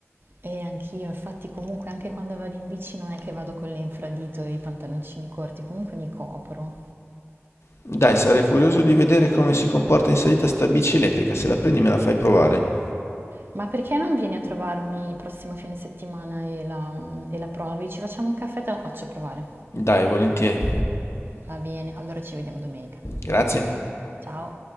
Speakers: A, on the right (about 50°); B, on the left (about 65°).
A: E anch'io, infatti comunque anche quando vado in bici non è che vado con l'infradito e i pantaloncini corti, comunque mi copro.
B: Dai, sarei curioso di vedere come si comporta in salita sta bici elettrica. Se la prendi me la fai provare.
A: Ma perché non vieni a trovarmi il prossimo fine settimana e la, e la provi? Ci facciamo un caffè e te la faccio provare.
B: Dai, volentieri.
A: Va bene, allora ci vediamo domenica.
B: Grazie.
A: Ciao!